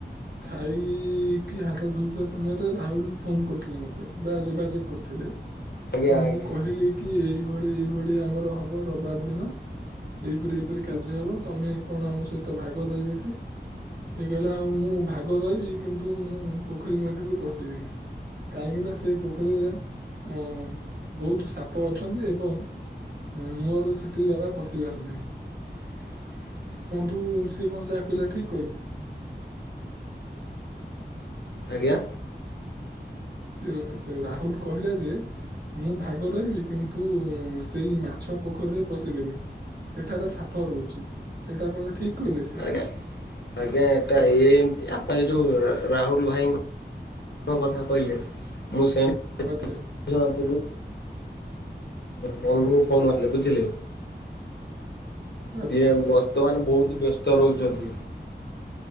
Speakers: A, on the right (about 60°); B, on the left (about 70°).
A: ଖାଇଇକି ହାତ ଧଉଥିବା ସମୟରେ ରାହୁଲ ଫୋନ କରିଥିଲେ ମତେ ବା ଯୋଗାଯୋଗ କରିଥିଲେ।
B: ଆଜ୍ଞା
A: ତ
B: ଆଜ୍ଞା
A: ମୁଁ କହିଲି କି ଏଇଭଳି ଏଇଭଳି ଆମର ହବ ରବିବାର ଦିନ। ଏଇପରି ଏଇପରି କାର୍ଯ୍ୟ ହବ ତମେ କଣ ଆମ ସହିତ ଭାଗ ରହିବ କି? ସେ କହିଲା ଆଉ ମୁଁ ଭାଗ ରହିବି, କିନ୍ତୁ ମୁଁ ପୋଖରୀ ମଝିକୁ ପଶିବିନି। କାହିଁକି ନା ସେ ପୋଖରୀରେ ଆଁ ବହୁତ ସାପ ଅଛନ୍ତି ଏବଂ ମୋର ସେଠିକି ବାବା ପଶିିବାର ନାହିଁ।
B: <inaudible>
A: ତୁ ସିଏ କଣ ଯାହା କହିଲା ଠିକ କହିଲା?
B: ଆଜ୍ଞା
A: ସେ ସେ ରାହୁଲ କହିଲା ଯେ ମୁଁ ଭାଗ ରହିବି କିନ୍ତୁ ସେଇ ମା ଛ ପୋଖରୀରେ ପଶିବିନି। ସେଠାରେ ସାପ ରହୁଛି ଏଇଟା କଣ ଠିକ କହିଲେ ସେ?
B: ଆଜ୍ଞା ଆଜ୍ଞା ଆଜ୍ଞା ଏଟା ଇଏ ଏମତି ଆପ ଯୋଉ ରାହୁଲ ଭାଇଙ୍କ ତୋକଥା କହିଲେ ମୁ ସେମ୍। <unintelligible>
A: ଆଚ୍ଛା
B: ବନ୍ଧୁ ଫୋନ ମାରିଲେ ବୁଝିଲେ।
A: ଆଚ୍ଛା
B: ସିଏ ବର୍ତ୍ତମାନ ବହୁତ ବ୍ୟସ୍ତ ରହୁଛନ୍ତି।